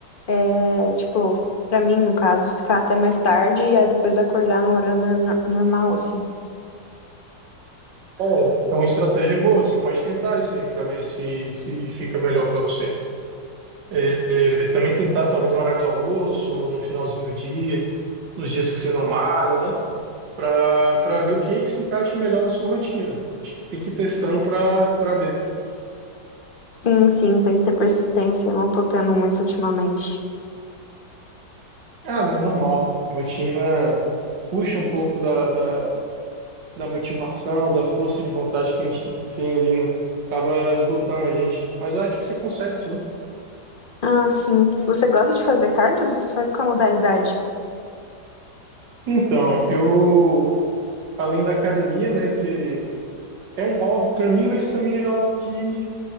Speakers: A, on the left; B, on the right.
A: é, tipo, pra mim, no caso, ficar até mais tarde e aí depois acordar no horário nor- normal, assim.
B: É, é uma estratégia boa. Você pode tentar isso aí para ver se, se fica melhor para você. É, é, também tentar, talvez, no horário do almoço, ou no finalzinho do dia, nos dias que você não malha, né? Para para ver o que que se encaixa melhor na sua rotina. Acho que Tem que ir testando para para ver.
A: Sim, sim, tem que ter persistência, eu não tô tendo muito ultimamente.
B: Ah, meu, normal. Rotina puxa um pouco da, da, da motivação, da força de vontade que a gente tem ali, né? Acaba esgotando a gente. Mas eu acho que você consegue, sim.
A: Ah, sim. Você gosta de fazer cardio? Você faz qual modalidade?
B: Então, eu, além da academia, né, que é um hobby para mim, mas também é algo que,